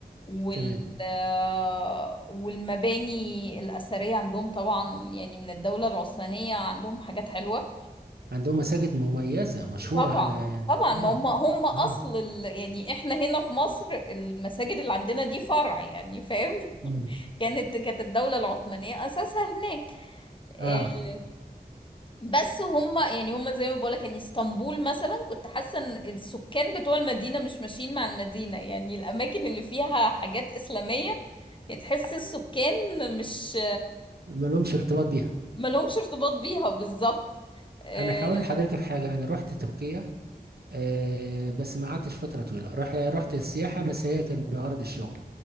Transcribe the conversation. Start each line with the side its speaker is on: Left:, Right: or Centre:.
Left: وال
Right: تمام
Left: آه، والمباني الأثرية عندهم طبعا يعني من الدولة العثمانية عندهم حاجات حلوة
Right: عندهم مساجد مميزة مشهورة
Left: طبعا
Right: على يعني
Left: طبعا
Right: اه
Left: ما هم هم أصل
Right: اه
Left: ال... يعني احنا هنا في مصر المساجد اللي عندنا دي فرع يعني فاهم
Right: مم.
Left: <laughs> كانت كانت الدولة العثمانية أساسها هناك آه،
Right: اه
Left: بس هم يعني هم زي ما بقولك يعني اسطنبول مثلا كنت حاسة ان السكان بتوع المدينة مش ماشيين مع المدينة يعني الأماكن اللي فيها حاجات إسلامية يعني تحس السكان مش
Right: ما لهمش ارتباط بيها
Left: ما لهمش ارتباط بيها بالظبط اه
Right: انا هقول لحضرتك حاجة انا رحت تركيا آه، بس ما قعدتش فترة طويلة رح رحت السياحة بس هي كان بغرض الشغل